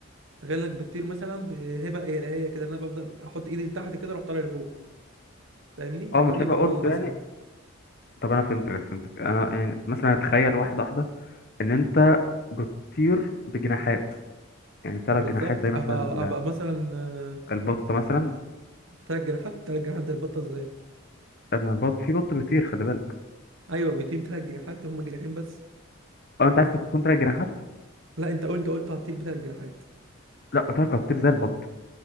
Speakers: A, on the right; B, on the left.
A: تخيل انك بتطير مثلا بهبه الهيه كده إن انا بفضل احط ايدي لتحت كده اروح طالع لفوق فاهمني
B: اه
A: اكني
B: مش هيبقى
A: بعوم
B: قط
A: مثلا
B: يعني طب انا فهمتك انا فهمتك انا يعني مثلا اتخيل واحده واحده ان انت بتطير بجناحات يعني ثلاث
A: بالظبط
B: جناحات زي مثلا
A: ابقى
B: ال-
A: ابقى مثلا آه،
B: البطه مثلا
A: بتلات جناحات تلات جناحات زي البطه ازاي
B: لما البط في بط بيطير خلي بالك
A: ايوه بيطير بتلات جناحات هما جناحين بس
B: اه انت عايز تكون ثلاث جناحات
A: لا انت قلت انت قلت هطير بتلات جناحات
B: لا قلت لك هتطير زي البط